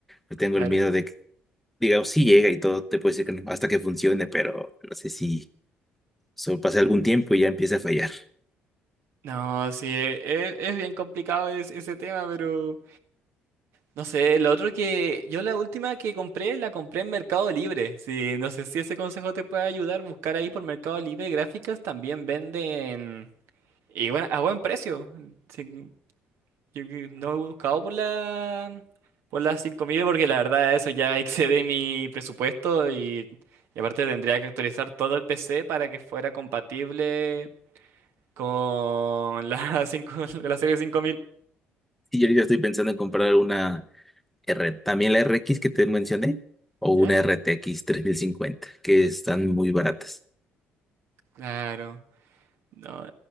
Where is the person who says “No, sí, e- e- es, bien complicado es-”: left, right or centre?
Right